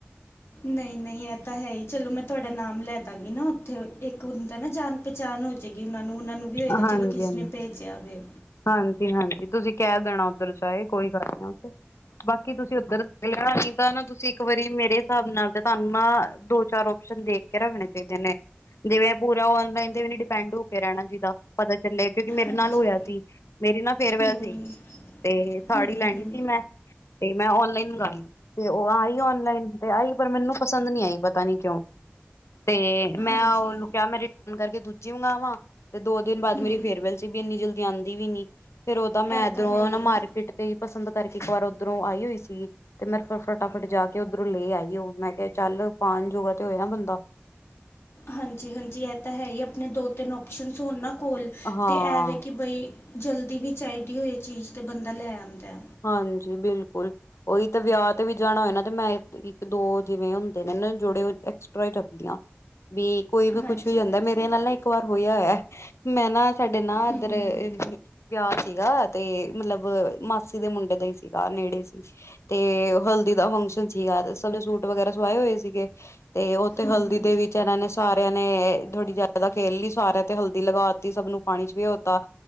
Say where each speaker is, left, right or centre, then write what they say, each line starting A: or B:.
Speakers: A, on the left (about 65°); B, on the left (about 85°).
A: ਨਹੀਂ ਨਹੀਂ ਇਹ ਤਾਂ ਹੈ ਹੀ ਚਲੋ ਮੈਂ ਤੁਹਾਡਾ ਨਾਮ ਲੈ ਦਾਂਗੀ ਨਾ ਉੱਥੇ ਇੱਕ ਹਦਾ ਨਾ ਜਾਣ ਪਹਿਚਾਣ ਹੋ ਜਾਏਗੀ। ਉਹ ਨੂੰ ਨੂੰ ਵੀ ਹੋਏਗਾ
B: ਹਾਂਜੀ
A: ਚਲੋ ਕਿਸੇ
B: -ਹਾਂਜੀ,
A: ਨੇ ਭੇਜਿਆ ਵੇ
B: ਹਾਂਜੀ -ਹਾਂਜੀ ਤੁਸੀਂ ਕਹਿ ਦੇਣਾ ਉੱਧਰ ਚਾਹੇ ਕੋਈ ਗੱਲ ਨੀ ਬਾਕੀ ਤੁਸੀਂ ਉੱਧਰ ਲੈਣਾ ਨ ਤਾਂ ਤੁਸੀਂ ਇੱਕ ਵਾਰੀ ਮੇਰੇ ਹਿਸਾਬ ਨਾਲ ਤੇ ਤੁਹਾਨੂੰ ਨਾ ਦੋ ਚਾਰ ਓਪਸ਼ਨ ਦੇਖ ਕੇ ਰੱਖਣੇ ਚਾਹੀਦੇ ਨੇ, ਜਿਵੇਂ ਪੂਰਾ ਓਨਲਾਈਨ ਤੇ ਵੀ ਨੀ ਡਿਪੈਂਡ ਹੋ ਕੇ ਰਹਿਣਾ ਚਾਹੀਦਾ। ਪਤਾ ਚੱਲੇ। ਕਿਉਂਕਿ ਮੇਰੇ
A: ਹਾਂਜੀ
B: ਨਾਲ ਹੋਇਆ ਸੀ ਮੇਰੀ ਨਾ ਫੇਅਰਵੈਲ
A: ਹੂੰ
B: ਸੀਗੀ ਤੇ ਸਾੜੀ
A: ਹੂੰ
B: ਲੈਣੀ
A: ਹੂੰ
B: ਸੀ ਮੈਂ ਤੇ ਮੈਂ ਓਨਲਾਈਨ ਤੇ ਉਹ ਆਈ ਓਨਲਾਈਨ ਤੇ ਆਈ ਪਰ ਮੈਨੂੰ ਪਸੰਦ ਨੀ ਆਈ ਪਤਾ ਨੀ ਕਿਉਂ ਤੇ ਮੈਂ
A: ਹਾਂਜੀ
B: ਉਹਨੂੰ ਕਿਹਾ ਮੈਂ ਰਿਟਰਨ ਕਰਕੇ ਦੂਜੀ ਮੰਗਾਵਾਂ ਦੋ ਦਿਨ ਬਾਅਦ
A: ਹੂੰ
B: ਮੇਰੀ ਫੇਅਰੈਲ ਸੀ ਵੀ ਇੰਨੀ ਜਲਦੀ ਆਂਦੀ ਵੀ ਨੀ। ਫੇਰ ਉਹਦਾ ਮੈਂ
A: ਇਹ
B: ਇਧਰੋਂ
A: ਤਾਂ ਹੈ ਹੀ
B: ਨਾ ਮਾਰਕੀਟ ਤੇ ਹੀ ਪਸੰਦ ਕਰਕੇ ਇੱਕ ਵਾਰ ਉਧਰੋਂ ਆਈ ਹੋਈ ਸੀਗੀ ਤੇ ਮੇ ਫ ਫਟਾਫਟ ਜਾ ਕੇ ਉੱਧਰੋਂ ਲੈ ਆਈ ਉਹ ਮੈਂ ਕਿਹਾ ਚੱਲ ਪਾਉਣ ਜੋਗਾ ਤੇ ਹੋਇ ਨਾ ਬੰਦਾ
A: ਹਾਂਜੀ ਹਾਂਜੀ ਇਹ ਤਾਂ ਹੈ ਹੀ ਆਪਣੇ ਦੋ ਤਿੰਨ ਓਪਸ਼ਨ ਹੋਣ ਨਾ। ਕੋਲ
B: ਹਾਂ
A: ਤੇ ਐ ਵ ਕਿ ਬਈ ਜਲਦੀ ਵੀ ਚਾਹੀਦੀ ਹੋਏ ਚੀਜ਼ ਤੇ ਬੰਦਾ ਲੈ ਆਉਂਦਾ
B: ਹਾਂਜੀ ਬਿਲਕੁਲ ਉਹੀ ਤਾਂ ਵਿਆਹ ਤੇ ਵੀ ਜਾਣਾ ਹੋਏ ਨਾ ਤੇ ਮੈਂ ਇੱਕ ਦੋ ਜਿਵੇਂ ਹੁੰਦੇ ਨੇ ਜੌੜੇ ਐਕਸਟਰਾ ਹੀ ਰੱਖਦੀ ਆ ਵੀ ਕੋਈ ਵੀ
A: ਹਾਂਜੀ
B: ਕੁਛ ਹੋ ਜਾਂਦਾ
A: ਹਾਂਜੀ
B: ਮੇਰੇ ਨਾਲ ਨਾ ਇੱਕ ਵਾਰ ਹੋਇਆ ਹੋਇਆ ਮੈਂ ਨਾ ਸਾਡੇ ਨਾ
A: ਹੂੰ
B: ਇਧਰ ਵਿਆ ਸੀਗਾ ਤੇ ਮਤਲਬ ਮਾਸੀ ਦੇ ਮੁੰਡੇ ਦਾ ਹੀ ਸੀਗਾ ਨੇੜੇ ਸੀ ਤੇ ਹਲਦੀ ਦਾ ਫੰਕਸ਼ਨ ਸੀਗਾ ਸੋਹਣੇ ਸੂਟ ਵਗੈਰਾ ਸਵਾਏ ਹੋਏ ਸੀਗੇ ਤੇ ਉੱਥੇ
A: ਹੂੰ
B: ਹਲਦੀ ਦੇ ਵਿੱਚ ਇਹਨਾਂ ਨੇ ਸਾਰਿਆਂ ਨੇ ਨੇ ਥੋੜੀ ਜਿਆਦਾ ਖੇਲ ਲਈ ਸਾਰਿਆਂ ਤੇ ਹਲਦੀ ਲਗਾ ਦਿੱਤੀ ਸਭ ਨੂੰ ਪਾਣੀ ਚ ਵੀ ਹੋਤਾ